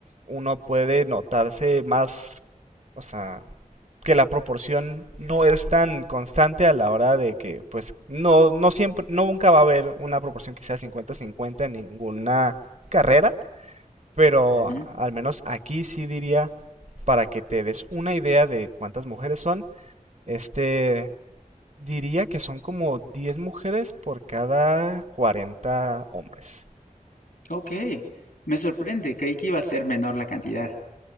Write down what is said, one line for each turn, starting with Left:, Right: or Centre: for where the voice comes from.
Right: uno puede notarse más, o sea, que la proporción no es tan constante a la hora de que, pues, no, no siempre, no nunca va a haber una proporción que sea cincuenta cincuenta en ninguna carrera, pero
Left: Ujú.
Right: al menos aquí sí diría, para que te des una idea de cuántas mujeres son, este, diría que son como 10 mujeres por cada 40 hombres.
Left: Ok, me sorprende. Creí que iba a ser menor la cantidad.